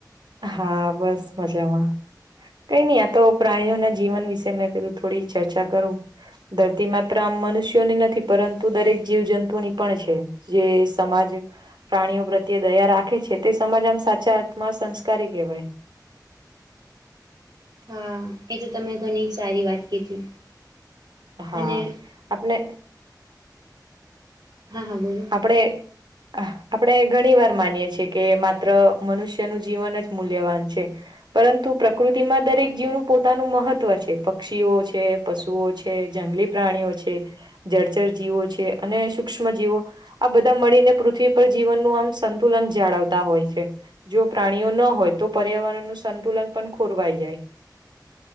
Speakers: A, on the right; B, on the right.
A: હા બસ મજામાં. કઈ નઈ આ તો પ્રાણીઓના જીવન વિશે મેં કીધું થોડી ચર્ચા કરું. ધરતી માત્ર આમ મનુષ્યોની નથી પરંતુ દરેક જીવજંતુની પણ છે. જે સમાજ પ્રાણીઓ પ્રત્યે દયા રાખે છે તે સમાજ આમ સાચા અર્થમાં સંસ કારી કેહવાય.
B: હા એ તો તમે ઘની સારી વાત કીધી.
A: હા
B: અને
A: આપણે
B: હા હા બોલો.
A: આપણે આપણે ઘણી વાર માનીએ છીએ કે માત્ર મનુષ્યનું જીવન જ મૂલ્યવાન છે. પરંતુ પ્રકૃતિમાં દરેક જીવનું પોતાનું મહત્વ છે પક્ષીઓ છે પશુ વતુઓ છે જંગલી પ્રાણીઓ છે જર્જર જીવો છે અને સૂક્ષ્મ જીવો આ બધા મળીને પૃથ્વી પર જીવનનું આમ સંતુલન જાળવતા હોય છે. જો પ્રાણીઓ ન હોય તો પર્યાવરણનું સંતુલન પણ ખોરવાઈ જાય.